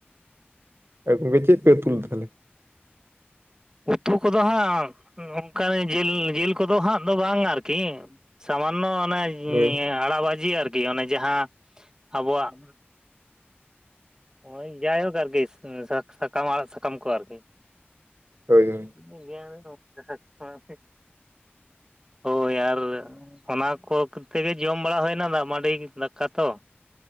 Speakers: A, on the right (about 75°); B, on the right (about 20°).
A: ᱟᱯᱮ ᱯᱮ ᱪᱮᱫ ᱯᱮ ᱩᱛᱩ ᱞᱮᱫᱟ ᱛᱟᱦᱚᱞᱮ?
B: ᱩᱛᱩ ᱠᱚᱫᱚ ᱦᱟᱸᱜ ᱚᱱᱠᱟ ᱨᱮ ᱡᱤᱞ ᱡᱤᱞ ᱠᱚᱫᱚ ᱦᱟᱸᱜ ᱫᱚ ᱵᱟᱝ ᱟᱨᱠᱤ᱾ ᱥᱟᱢᱟᱱᱱᱚ ᱚᱱᱮ
A: ᱦᱳᱭ
B: ᱟᱲᱟᱜ ᱵᱷᱟᱡᱤ ᱟᱨᱠᱤ ᱚᱱᱮ ᱡᱟᱦᱟᱸ ᱟᱵᱚᱣᱟᱜ ᱦᱳᱭ ᱡᱟᱭᱦᱳᱠ ᱟᱨᱠᱤ ᱥᱟ ᱥᱟᱠᱟᱢ ᱟᱲᱟᱜ ᱥᱟᱠᱟᱢ ᱠᱚ ᱟᱨᱠᱤ᱾
A: ᱦᱳᱭ ᱦᱳᱭ᱾
B: <unintelligible> ᱦᱳᱭ ᱟᱨ ᱚᱱᱟ ᱠᱚ ᱠᱚᱛᱮ ᱜᱮ ᱡᱚᱢ ᱵᱟᱲᱟ ᱦᱩᱭᱱᱟ ᱫᱟᱜ ᱢᱟᱹᱲᱤ ᱫᱟᱠᱟ ᱛᱚ᱾